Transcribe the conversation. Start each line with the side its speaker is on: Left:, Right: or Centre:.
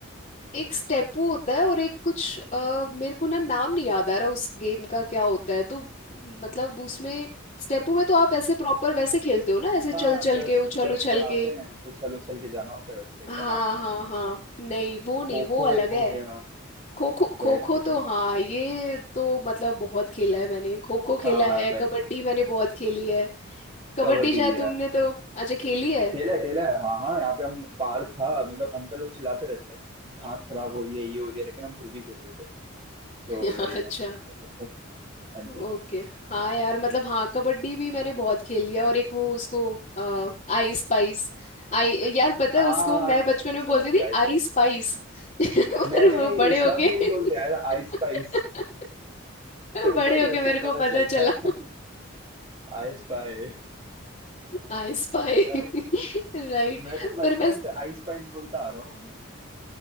Left: एक स्टेपू होता है और एक कुछ अ, मेरे को ना नाम नहीं याद आ रहा उस गेम का क्या होता है तो मतलब उसमें स्टेपू में तो आप ऐसे प्रॉपर वैसे खेलते हो ना ऐसे
Right: हाँ
Left: चल चल
Right: दस
Left: के उछल
Right: दस
Left: उछल
Right: बनाते
Left: के
Right: हैं उछल उछल के जाना होता है वैसे टाइप
Left: हाँ
Right: का हाँ
Left: हाँ हाँ नहीं वो नहीं
Right: खो
Left: वो
Right: खो
Left: अलग
Right: एक हो
Left: है
Right: गया
Left: खो खो खो
Right: बैठ
Left: खो
Right: के
Left: तो
Right: तो
Left: हाँ ये तो मतलब बहुत खेला है मैंने खो खो खेला
Right: हाँ हाँ
Left: है
Right: मैंने
Left: कबड्डी
Right: भी मैंने
Left: मैंने
Right: भी
Left: बहुत खेली है कबड्डी
Right: कबड्डी
Left: शायद
Right: भी है
Left: तुमने तो अच्छा खेली है
Right: अकेला अकेला है हाँ हाँ यहाँ पे हम पार्क था मतलब अंकल लोग चिल्लाते रहते थे घास खराब हो रही है ये हो रही है लेकिन हम फिर भी खेलते थे तो
Left: <laughs>
Right: वही
Left: अच्छा
Right: हम खेलते थे हाँ जी
Left: ओके हाँ यार मतलब हाँ कबड्डी भी मैंने बहुत खेली है और एक वो उसको आ, आई स्पाइस आई यार पता
Right: आ
Left: है उसको मैं बचपन में
Right: समझ
Left: बोलती
Right: गया
Left: थी
Right: आइस
Left: आई
Right: पाइस
Left: स्पाइस <laughs> पर
Right: मैंने भी
Left: वो बड़े
Right: सब
Left: होके
Right: यही बोलते हैं यार आइस
Left: <laughs>
Right: पाइस फिर
Left: बड़े
Right: बड़े
Left: होके
Right: होके
Left: मेरे को
Right: पता चलता
Left: पता चला
Right: है आइस पाइस अरे,
Left: आई स्पाई राइट
Right: मैं तो
Left: <laughs>
Right: बचपन
Left: पर मैं
Right: से आइस पाइस बोलता आ रहा हूँ